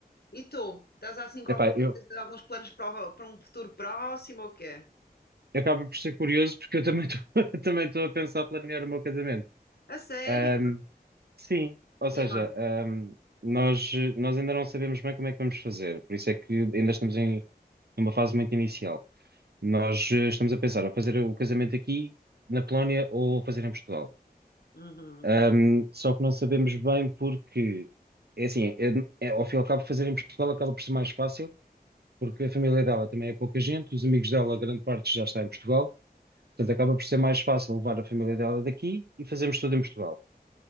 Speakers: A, on the left; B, on the right.
A: E tu? Estás assim com
B: Epá,
A: alguma
B: eu
A: coisa, alguns planos para, o- para um futuro próximo ou quê?
B: acaba por ser curioso porque eu também estou <laughs> também estou a pensar planear o meu casamento.
A: A sério?
B: Ahm, sim, ou seja,
A: E onde?
B: ahm, nós, nós ainda não sabemos bem como é que vamos fazer, por isso é que ainda estamos em numa fase muito inicial. Nós eh, estamos a pensar a fazer o casamento aqui na Polónia ou fazer em Portugal.
A: Uhum.
B: Ahm, só que não sabemos bem porque, é assim, é, é- ao fim e ao cabo, fazer em Portugal acaba por ser mais fácil, porque a família dela também é pouca gente, os amigos dela, a grande parte já está em Portugal, portanto acaba por ser mais fácil levar a família dela daqui e fazermos tudo em Portugal.